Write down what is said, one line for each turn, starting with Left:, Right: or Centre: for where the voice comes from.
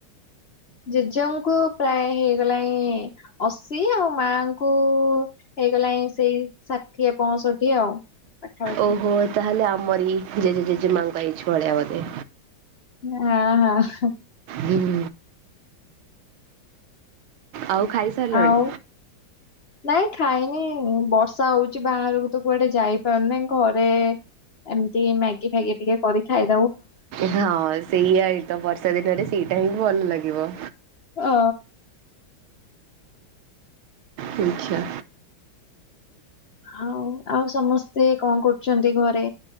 Left: ଜେଜଙ୍କୁ ପ୍ରାୟ ହେଇଗଲାଇଁ ଅଶି। ଆଉ ମାଆଙ୍କୁ ହେଇଗଲାଇଁ ସେଇ ଷାଠିଏ ପଅଁଷଠି ଆଉ। ପାଖାପାଖି
Right: ଓହୋ ତାହେଲେ ଆମରି ଜେଜେ ଜେଜେମାଆଙ୍କ ଏଜ୍ ଭଳିଆ ବୋଧେ।
Left: ଆଃ ହ।
Right: ହୁଁ। ଆଉ ଖାଇ ସାରିଲଣି?
Left: ଆଉ ନାଇଁ ଖାଇନି ବର୍ଷା ହଉଚି ବାହାରକୁ ତ କୁଆଡେ ଯାଇପାରୁନି। ଘରେ ଏମିତି ମ୍ୟାଗି ଫ୍ୟାଗି ଟିକେ କରି ଖାଇ
Right: ହଁ ସେଇଆ ହିଁ ତ। ବର୍ଷା ଦିନରେ ସେଇଟା ହିଁ ଭଲ ଲାଗିବ।
Left: ଅ
Right: ହେଇଛା
Left: ଆଉ ଆଉ ସମସ୍ତେ କଣ କରୁଚନ୍ତି ଘରେ?